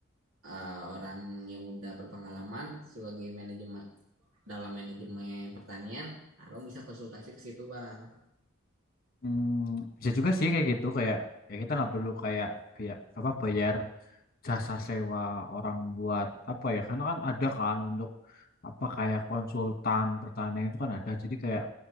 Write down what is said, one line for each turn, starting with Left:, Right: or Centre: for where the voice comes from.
Right: eh, orang yang udah berpengalaman sebagai manajemen dalam manajemen pertanian, abang bisa konsultasi ke situ, Bang.
Left: Hmm, bisa juga sih kayak gitu kayak ya kita nggak perlu kayak biar apa bayar jasa sewa orang buat apa ya karena kan ada kan untuk apa kayak konsultan pertanian itu kan ada jadi kayak